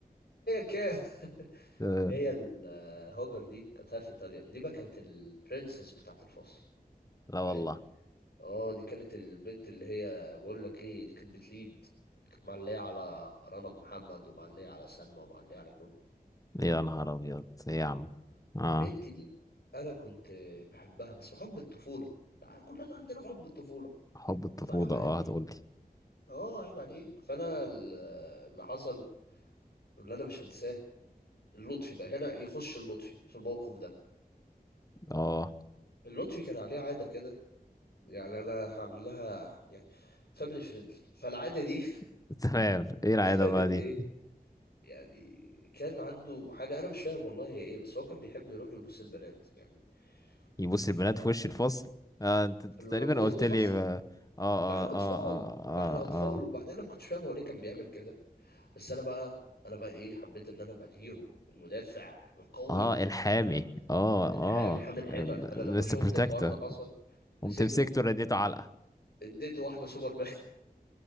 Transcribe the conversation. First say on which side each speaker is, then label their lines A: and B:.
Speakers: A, on the left; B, on the left.
A: كان <laughs>
B: آه،
A: هي ال- آه، هاجر دي كانت هاف ايطاليان دي بقى كانت البرنسس بتاعت الفصل
B: لا والله
A: فاهم اه دي كانت البنت اللي هي بقول لك ايه دي كانت بتليد كانت معليه على رنا محمد ومعليه على سلمى ومعليه على كله
B: يا نهار ابيض ايه يا عم اه
A: البنت دي انا كنت بحبها بس حب الطفوله تع- كلنا عندنا حب الطفوله
B: حب الطفولة
A: فانا بقى
B: اه
A: ايه
B: هتقولي
A: اه عيب عليك فانا ال- اللي حصل واللي انا مش هنساه اللطفي بقى هنا يخش اللطفي في الموقف ده
B: اه
A: اللطفي كان عليه عاده كده يعني انا هعمل لها يعني فاميلي فريندلي فالعاده دي
B: <laughs> تمام ايه العادة
A: <laughs> كانت
B: بقى دي
A: ايه يعني كان عنده حاجه انا مش فاهم والله هي ايه بس هو كان بيحب يروح يبوس البنات يعني
B: يبص
A: ف
B: البنات في وش الفصل اه انت أنت
A: في ال-
B: تقريبا
A: في وسط
B: قلت
A: فصل
B: لي ب- اه اه
A: ما احنا اطفال
B: اه اه اه
A: ما احنا اطفال
B: اه آه.
A: وبعدين انا ما كنتش فاهم هو ليه كان بيعمل كده بس انا بقى انا بقى ايه حبيت ان انا ابقى الهيرو المدافع القوي
B: اه الحامي
A: تمام
B: اه
A: الحامي
B: اه
A: حامي الحمى انا
B: مستر
A: لما شفت
B: بروتكتور
A: الحوار ده حصل مسكته
B: قمت مسكته رديته علقه
A: اديته واحده سوبر مان